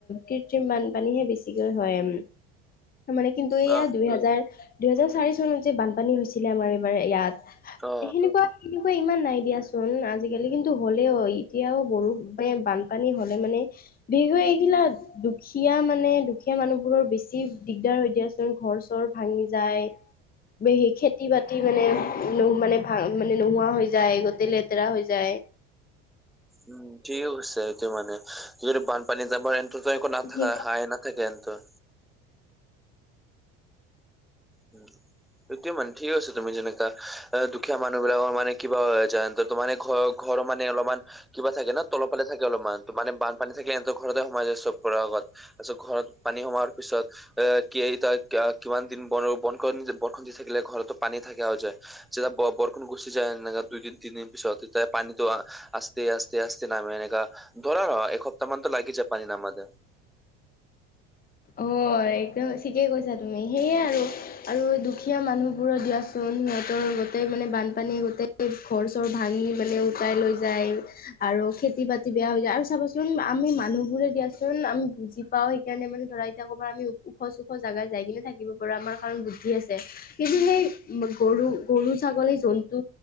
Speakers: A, on the left; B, in the centre.
A: কৃত্ৰিম বানপানীহে বেছিকৈ হয় মানে কিন্তু এয়া
B: অ
A: দুইহেজাৰ দুহেজাৰ চাৰি চনত যে বানপানী হৈছিলে আমাৰ এইবাৰ ইয়াত
B: অ
A: সেনেকুৱা তেনেকুৱা ইমান নাই দিয়াচোন আজিকালি কিন্তু হ'লেও এতিয়াও বৰষুণে, বানপানী হলে মানে বিগৈ এইগিলা দুখীয়া মানে দুখীয়া মানুহবোৰৰ বেছি দিগদাৰ হয় দিয়াচোন ঘৰ চৰ ভাঙি যায় খেতি বাতি মানে মানে ভা মানে নোহোৱা হৈ যায় গোতে লেতেৰা হৈ যায়
B: উম ঠিকে কৈছে সেইটো মানে যদি বানপানীত যামাৰ এন্তো নাথাকা
A: সেইকাৰণে
B: হাই না <unintelligible> থাকে হেন্তৰ উম সেইটোয়ে মানে ঠিক আছে তুমি যেনেকা এ দুখীয়া মানুহ বিলাকৰ মানে কিবা হৈ যন্ত্ৰৰ মানে ঘৰৰ ঘৰৰ মানে অলমান কিবা থাকে ন তলৰফালে থাকে অলপমান মানে বানপানী থাকে এনতৰ ঘৰতে সোমাই যায় চবৰ আগত তাৰ পিছত ঘৰত পানী সোমোৱাৰ পিছত এ কি তই কিমান দিন বন বনখন বৰষুণ দি থাকিলে ঘৰতো পানী থাকা যয় যেতিয়া বৰষুণ গুচি যায় এনেকা দুইদিন তিনিদিন পিছত তেতিয়া পানীটো আস্তে আস্তে আস্তে নামে এনেকা ডৰাৰ হয় এসপ্তামানতো লাগি যায় পানী নামোতে
A: অ একন ঠিকেই কৈছা তুমি সেয়া আৰু দুখীয়া মানুহবোৰৰ দিয়া চো চোন সিহঁতৰ গোটেই মানে বানপানীয়ে গোতেই ঘৰ চৰ ভাঙি মানে উটাই লৈ যায় আৰু খেতি বাতি বেয়া হৈ যায় আৰু চাবাচোন আমি মানুহ বোৰে দিয়াচোন আমি বুজি পাও সেইকাৰণে মানে চৰাই থকাৰ <unintelligible> আমি ওখ চুখ জাগাই যাই কিনে থাকিব পাৰোঁ আমাৰ কাৰণ বুদ্ধি আছে কিন্তু সেই গৰু গৰু ছাগলী জন্তু